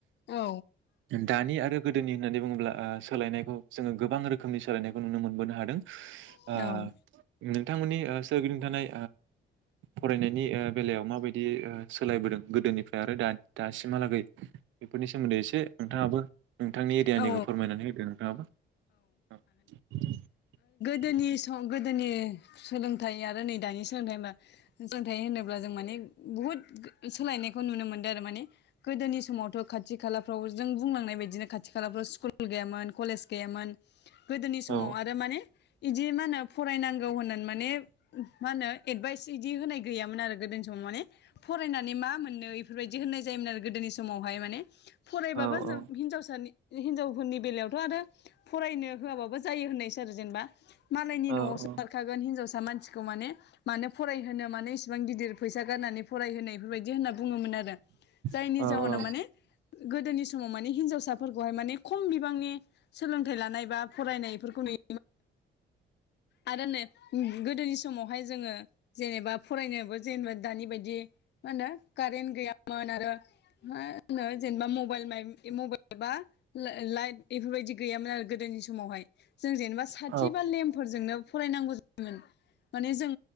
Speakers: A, on the left (about 60°); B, on the right (about 75°).
A: औ
B: दानि आरो गोदोनि होननानै बुङोब्ला ओ सोलायनायखौ जोंङो गोबां रोखोमनि सोलायनायखौ नुनो मोनबोनो हादों। ओ
A: औ
B: बिथांमोननि सोरगिदिंथानाय फरायनायनि बेलायाव माबायदि सोलायबोदों गोदोनिफ्राय आरो दा दासिमहालागै बेफोरनि सोमोन्दै एसे नोंथाङाबो नोंथांनि एरियानिखौ
A: औ
B: फोरमायनानै होदो नोंथाङाबो औ
A: दोनि सम गोदोनि सोलों थाय आरो नै दानि सोलोंथाय होना सोलोंथाय होनोब्ला जों माने बुहुत सोलायनायखौ नुनो मोनदों आरो माने गोदोनि समावथ' खाथि खाला फोराव जों बुंलांनाय बायदिनो खाथि खालाफ्राव स्कुल गैयामोन कलेज गैयामोन। गोदोनि समाव
B: औ
A: आरो माने इदि मा होनो फरायनांगौ होननानै माने मा होनो एदभाइस इदि होनाय गैयामोन आरो गोदोनि समाव माने फरायनानै मा मोनो इफोरबायदि होननाय जायोमोन आरो गोदोनि समावहाय माने फरायबाबो
B: औ औ
A: जों हिनजावसानि हिनजावफोरनि बेलायावथ' आरो फरायनो होआबाबो जायो होननायसै आरो जेनेबा मालायनि
B: औ
A: न'आवसो बारखागोन हिनजावसा मानसिखौ माने मानो फराय होनो मानो इसिबां गिदिर फैसा गारनानै फराय होनो इफोरबायदि होनना बुङोमोन आरो जायनि
B: औ
A: जाउनाव
B: औ
A: माने गोदोनि समाव माने हिनजावसा फोरखौहाय माने खम बिबांनि सोलोंथाय लानाय बा फरायनायफोरखौ नुयो आरो नै गोदोनि समावहाय जोंङो जेनेबा फरायनायबो जेनेबा दानि बायदि मा होनो कारेन गैया मोन आरो मा होनो जेनेबा मबायल-मबायलबा लायट बेफोरबायदि गैयामोन आरो गोदोनि समावहाय। जों जेनेबा साथिबा
B: औ
A: लेम नों फरायनांगौ जायोमोन माने जों